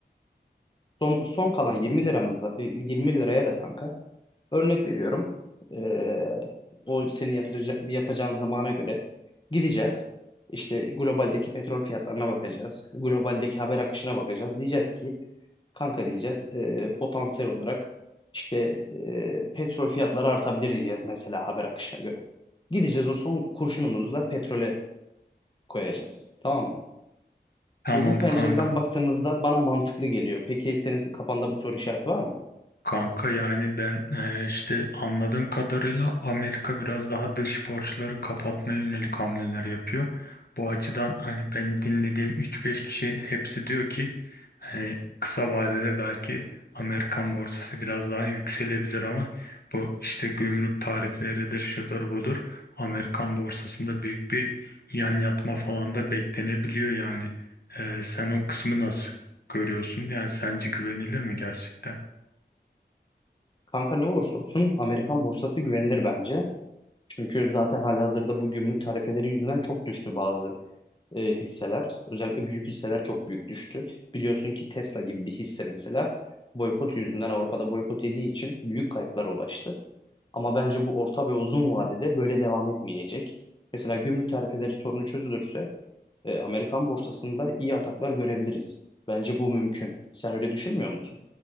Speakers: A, on the left; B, on the left.
A: Son, son kalan 20 liramızda 20 liraya da kanka örnek veriyorum. Ee, o senin yatıracak, yapacağın zamana göre gideceğiz. İşte globaldeki petrol fiyatlarına bakacağız. Globaldeki haber akışına bakacağız. Diyeceğiz ki kanka diyeceğiz e, potansiyel olarak işte e, petrol fiyatları artabilir diyeceğiz mesela haber akışına göre. Gideceğiz o son kurşunumuzu da petrole koyacağız. Tamam mı?
B: Tamam
A: Şimdi bu pencereden
B: kanka.
A: baktığımızda bana mantıklı geliyor. Peki senin kafanda bir soru işareti var mı?
B: Kanka yani ben e, işte anladığım kadarıyla Amerika biraz daha dış borçları kapatmaya yönelik hamleler yapıyor. Bu açıdan hani ben dinlediğim 3-5 kişi hepsi diyor ki Hani kısa vadede belki Amerikan borsası biraz daha yükselebilir ama bu işte gümrük tarifleridir, şudur budur. Amerikan borsasında büyük bir yan yatma falan da beklenebiliyor yani. Ee, sen o kısmı nasıl görüyorsun? Yani sence güvenilir mi gerçekten?
A: Kanka ne olursa olsun Amerikan borsası güvenilir bence. Çünkü zaten halihazırda bu gümrük tarifeleri yüzünden çok düştü bazı e, hisseler. Özellikle büyük hisseler çok büyük düştü. Biliyorsun ki Tesla gibi bir hisse mesela boykot yüzünden Avrupa'da boykot yediği için büyük kayıplara ulaştı. Ama bence bu orta ve uzun vadede böyle devam etmeyecek. Mesela gümrük tarifeleri sorunu çözülürse e, Amerikan borsasında iyi ataklar görebiliriz. Bence bu mümkün. Sen öyle düşünmüyor musun?